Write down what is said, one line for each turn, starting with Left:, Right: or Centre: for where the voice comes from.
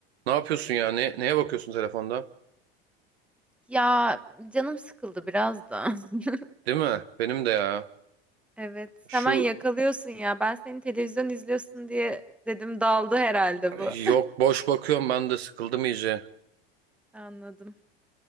Right: Ne yapıyorsun ya? Ne, neye bakıyorsun telefonda?
Centre: Ya canım sıkıldı biraz da. <laughs>
Right: Değil mi? Benim de ya.
Centre: Evet,
Right: Şu
Centre: hemen yakalıyorsun ya. Ben seni televizyon izliyorsun diye dedim daldı herhalde bu.
Right: yok boş bakıyorum ben de sıkıldım iyice.
Centre: <laughs> Anladım.